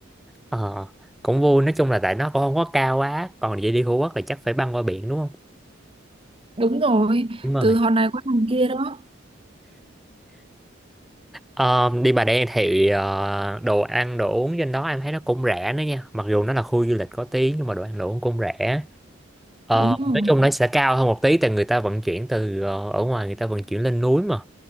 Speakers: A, in the centre; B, on the right (about 25°).
A: Ờ, cũng vui nói chung là tại nó cũng không có cao quá còn vậy đi Phú Quốc là chắc phải băng qua biển đúng không
B: Đúng rồi,
A: đúng rồi
B: từ hòn này qua hòn kia đó.
A: Ờ, đi Bà Đen thì ờ, đồ ăn đồ uống trên đó em thấy nó cũng rẻ nữa nha mặc dù nó là khu du lịch có tí nhưng mà đồ ăn đồ uống cũng rẻ Ờ,
B: Đúng rồi.
A: nói chung nó sẽ cao hơn một tí tại người ta vận chuyển từ ờ, ở ngoài người ta vận chuyển lên núi mà